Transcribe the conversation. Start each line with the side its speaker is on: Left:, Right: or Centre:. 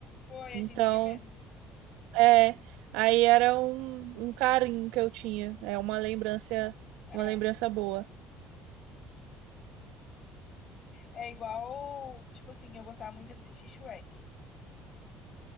Left: Foi,
Right: Então,
Left: a gente ia mesmo.
Right: é, aí era um, um carinho que eu tinha. É uma lembrança,
Left: É,
Right: uma lembrança boa.
Left: é igual, tipo assim, eu gostava muito de assistir Shrek.